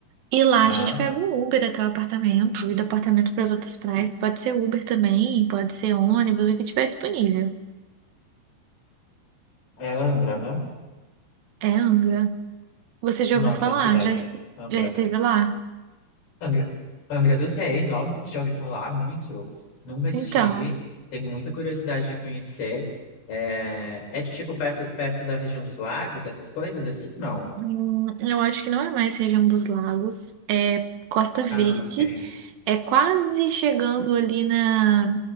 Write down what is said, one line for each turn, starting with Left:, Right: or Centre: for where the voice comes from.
Right: e lá
Left: Ah,
Right: a gente pega um Uber até o apartamento e do apartamento para as outras praias. Pode ser Uber também, pode ser ônibus, o que tiver disponível.
Left: é Angra, né?
Right: É Angra. Você já
Left: O
Right: ouviu
Left: nome
Right: falar?
Left: da cidade.
Right: Já, est-
Left: Angra.
Right: já esteve lá?
Left: Angra. Angra dos Reis, óbvio que já ouvi falar muito. Nunca estive.
Right: Então,
Left: Tenho muita curiosidade de conhecer. É, é tipo perto, perto da região dos lagos, essas coisas assim? Não.
Right: hum, eu acho que não é mais região dos lagos, é Costa Verde,
Left: Ah, ok.
Right: é quase chegando ali na,